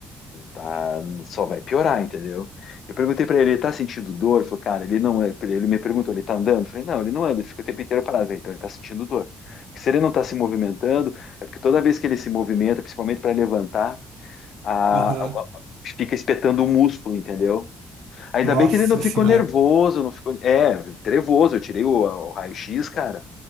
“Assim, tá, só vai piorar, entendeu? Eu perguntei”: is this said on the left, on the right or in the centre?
Left